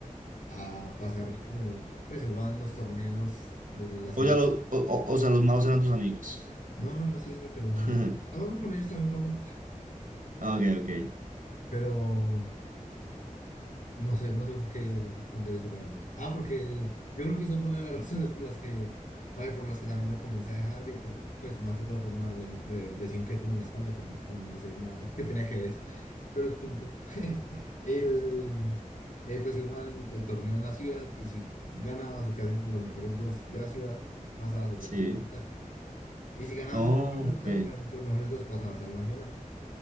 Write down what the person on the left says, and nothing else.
a pasar como, pues se jugaban los torneos de la ciudad.
No, no, no estoy diciendo que los malos.
No, no, con ellos también pasé,
pero No sé, no sé por qué, por qué te conté eso, la verdad. Ah, porque yo creo que esa fue una de las <laughs> razones por las que, a ver, por las que también lo comencé a dejar y por, pues más que todo por una rele- eh, lesión que tuve en la espalda, pero bueno, no sé nada que tenía que ver eso. Pero el punto, <laughs> el, eh, pues igual el torneo en la ciudad y si ganabas o quedas entre los mejores dos de la ciudad, pasabas al
departamental. Y si ganabas
el departamental
o quedas entre los mejores dos, pasabas al nacional.